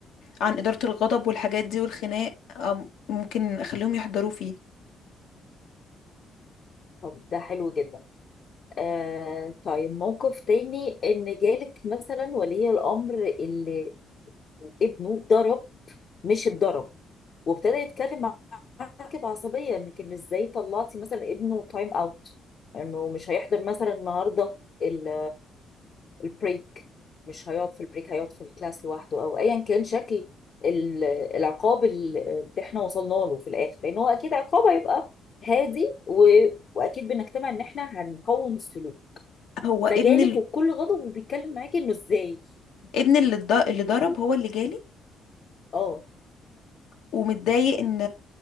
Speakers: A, on the left; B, on the left.
A: عن إدارة الغضب والحاجات دي والخناق أم- ممكن اخليهم يحضروا فيه
B: طب ده حلو جدا آه طيب موقف تاني ان جالك مثلا ولي الامر اللي ابنه ضرب مش اتضرب وابتدى يتكلم عواقب عصبية انك ان ازاي طلعتي مثلا ابنه تايم اوت انه مش هيحضر مثلا النهارده ال- البريك مش هيقعد في البريك هيقعد في الكلاس لوحده او ايا كان شكل ال- العقاب ال- اللي احنا وصلنا له في الاخر لان هو اكيد عقاب هيبقى هادي و... واكيد بنجتمع ان احنا هنقوم السلوك
A: هو
B: فجالك
A: ابن
B: وبكل غضب وبيتكلم معاكي انه ازاي
A: ابن اللي اتض- اللي ضرب هو اللي جالي
B: اه
A: ومتضايق ان